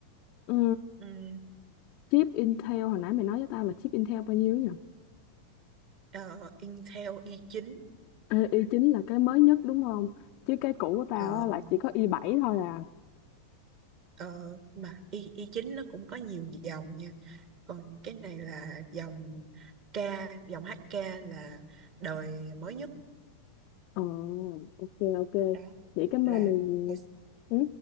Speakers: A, on the left (about 45°); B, on the right (about 40°).
A: ừ.
B: Ừm,
A: chip Intel hồi nãy mày nói với tao là chip Intel bao nhiêu nhỉ?
B: ờ, Intel i9
A: Ê, i9 là cái mới nhất đúng không? Chứ cái cũ của tao
B: ờ,
A: á là chỉ có i7 thôi à.
B: ờ, mà i i9 nó cũng có nhiều dòng nha còn cái này là dòng K dòng HK là đời mới nhất
A: Ờ, ok ok.
B: đó
A: Vậy cảm
B: là
A: ơn mày.
B: hồi
A: Ừ?